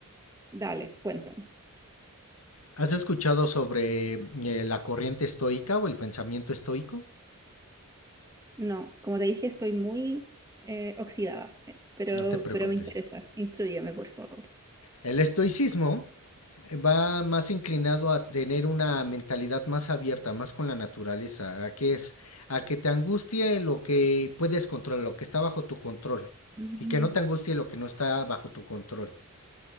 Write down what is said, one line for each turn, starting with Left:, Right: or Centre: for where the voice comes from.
Right: Dale, cuéntame.
Left: ¿Has escuchado sobre eh, la corriente estoica o el pensamiento estoico?
Right: No, como te dije, estoy muy eh, oxidada, eh, pero,
Left: No te preocupes.
Right: pero me interesa. Instrúyeme, por favor.
Left: El estoicismo va más inclinado a tener una mentalidad más abierta, más con la naturaleza, a que es a que te angustie lo que puedes controlar, lo que está bajo tu control
Right: Mm,
Left: y que no te angustie lo que no está bajo tu control.